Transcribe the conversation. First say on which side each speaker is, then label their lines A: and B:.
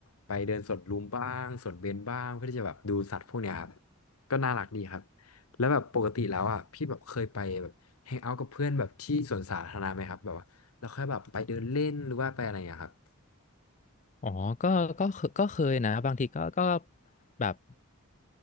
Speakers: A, on the left; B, on the left.
A: ไปเดินสวนลุมบ้างสวนเบญบ้างเพื่อที่จะแบบดูสัตว์พวกเนี้ยครับก็น่ารักดีครับแล้วแบบปกติแล้วอ่ะพี่แบบเคยไปแบบแฮงเอาท์กับเพื่อนแบบที่สวนสาธารณะไหมครับแบบว่าแล้วค่อยแบบไปเดินเล่นหรือว่าไปอะไรอย่างเงี้ยครับ
B: อ๋อก็ก็เคก็เคยนะบางทีก็ก็แบบ